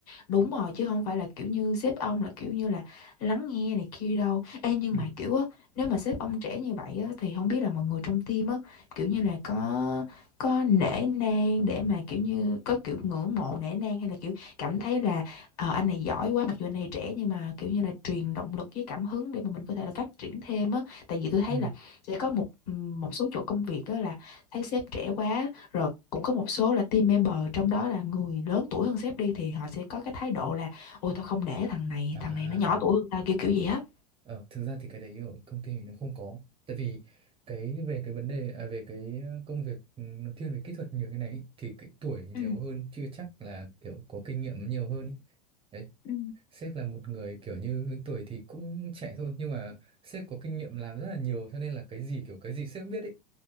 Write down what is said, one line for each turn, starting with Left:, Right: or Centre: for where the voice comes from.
Left: đúng rồi chứ không phải là kiểu như sếp ông là kiểu như là lắng nghe này kia đâu Ê, nhưng
Right: Ừ.
Left: mà kiểu á nếu mà sếp ông trẻ như vậy á thì không biết là mọi người trong team á kiểu như là có có nể nang để mà kiểu như có kiểu ngưỡng mộ nể nang hay là kiểu cảm thấy là ờ, anh này giỏi quá mặc dù anh này trẻ nhưng mà kiểu như là truyền động lực với cảm hứng để mà mình có thể là phát triển thêm á tại vì tôi thấy
Right: Ừ.
Left: là sẽ có một một số chỗ công việc đó là thấy sếp trẻ quá rồi cũng có một số là team member trong đó là người lớn tuổi hơn sếp đi thì họ sẽ có cái thái độ là ôi tao không nể thằng này
Right: À.
Left: thằng này nó nhỏ tuổi hơn tao kiểu kiểu gì á
Right: Ờ, thực ra thì cái đấy ở công ty mình nó không có tại vì cái về cái vấn đề à, về cái công việc ừ, nó thiên về kỹ thuật nhiều như này ý, thì cái tuổi nhiều
Left: ừ
Right: hơn chưa chắc là kiểu có kinh nghiệm nhiều hơn ý. Đấy
Left: ừ
Right: sếp là một người kiểu như tuổi thì cũng trẻ thôi nhưng mà sếp có kinh nghiệm làm rất là nhiều cho nên là cái gì kiểu cái gì sếp biết ấy